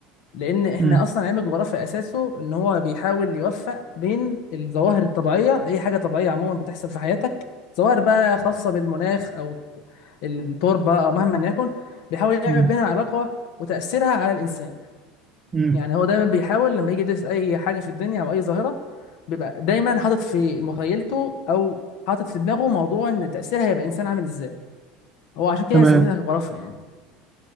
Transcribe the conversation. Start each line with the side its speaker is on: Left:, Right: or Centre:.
Left: لأن إحنا
Right: امم
Left: أصلا علم الجغرافيا أساسه إن هو بيحاول يوفق بين الظواهر الطبيعية أي حاجة طبيعية عموما بتحصل في حياتك ظواهر بقى خاصة بالمناخ أو التربة أو مهما يكن بيحاول يعمل
Right: امم
Left: بينها علاقة وتأثيرها على الإنسان
Right: امم
Left: يعني هو دايما بيحاول لما يجي يدرس اي حاجه في الدنيا او اي ظاهره بيبقى دايما حاطط في مخيلته او حاطط في دماغه موضوع ان تاثيرها هيبقى انسان عامل ازاي هو عشان كده
Right: تمام
Left: سميتها جغرافيا يعني